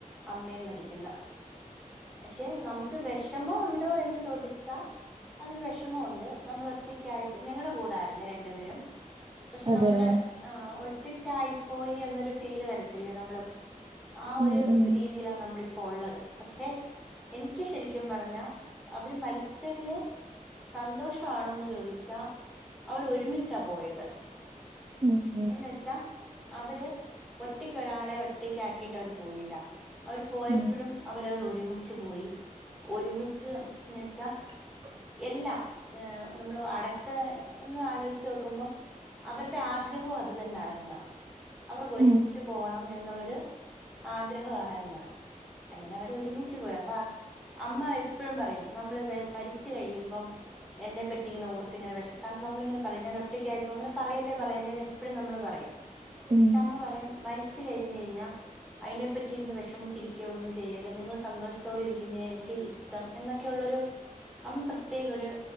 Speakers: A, in the centre; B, on the right.
A: അമ്മയും മരിക്കുന്നു പക്ഷെ നമുക്ക് വിഷമോ ഉണ്ടോ എന്ന് ചോദിച്ചാ അതൊരു വെഷമൊണ്ട് നമ്മൾ ഒറ്റയ്ക്കായി ഞങ്ങളുടെ കൂടായിരുന്നെ രണ്ടു പേരും പക്ഷെ
B: അതെയോ
A: നമ്മുടെ ആ ഒറ്റക്കായി പ്പോയി എന്നൊരു ഫീല് വരത്തില്ലേ നമ്മള് ആ
B: ഉം
A: ഒരു
B: ഉം
A: രീതിയിലാ നമ്മളി പ്പോ ഉള്ളത് പക്ഷെ എനിക്ക് ശരിക്കും പറഞ്ഞാ അവര് മരിച്ചതില് സന്തോഷ ആണോന്ന് ചോദിച്ചാ അവര് ഒരുമിച്ചാ പോയത്
B: ഉം ഉം
A: എന്ന് വച്ചാ അവര് ഒറ്റക്ക് ഒരാളെ ഒറ്റക്ക് ആക്കിട്ട് അവര് പോയില്ല അവര് പോയപ്പഴും
B: ഉം
A: അവരത് ഒരുമിച്ച് പോയി ഒരുമിച്ച് ന്ന് വെച്ചാ
B: <unintelligible>
A: എല്ല ഏ നമ്മള് അടക്ക ഒന്ന് ആലോചിച്ചു നോക്കുമ്പം അവരുടെ ആഗ്രഹവും അത് തന്നെ ആായിരുന്നു അവർക്ക് ഒരുമിച്ച്
B: ഉം
A: പോവണം എന്നുള്ളൊരു ആഗ്രഹം ആരുന്നു അങ്ങനെ അവര് ഒരുമിച്ച്പോയി അപ്പ അമ്മ എപ്പോഴും പറയും നമ്മള് വേം മരിച്ച് കഴിയുമ്പം എന്നെപ്പറ്റി ഇങ്ങനെഓർത്ത്ത്തിങ്ങെ വിം കാരണം നമ്മളിങ്ങനെ പറയും ഞാൻ ഒറ്റക്കായിപ്പോയി അങ്ങനെ പറയല്ലേ പറയല്ലേ എന്ന് എഴും നമ്മള് പറയാം.
B: ഉം
A: ഷ അമ്മ പറയും മരിച്ച് കഴിഞ്ഞ് കഴിഞ്ഞാ അയിനെ പറ്റി ഇരുന്ന് വെഷമിച്ചിരിക്കുകയോ ഒന്നും ചെയ്യല്ല നിങ്ങൾ സന്തോഷത്തോടെ ഇരിക്കുന്ന എനിക്ക് ഇഷ്ടം എന്നൊക്കെയുള്ള ഒരു അമ്മ പ്രത്യേകം ഒരു